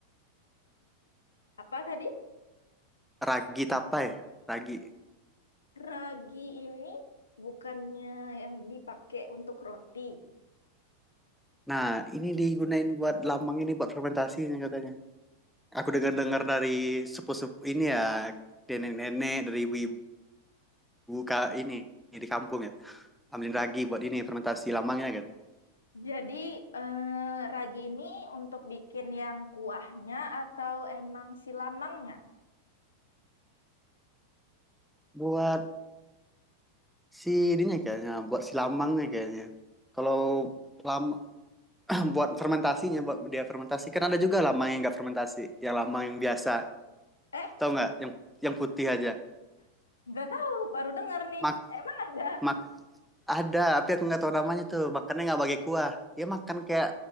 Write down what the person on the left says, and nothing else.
Apa tadi?
Ragi ini bukannya yang dipakai untuk roti.
Jadi eh, ragi ini untuk bikin yang kuahnya atau emang silamangnya?
Eh,
nggak tahu, baru dengar nih.
Emang ada?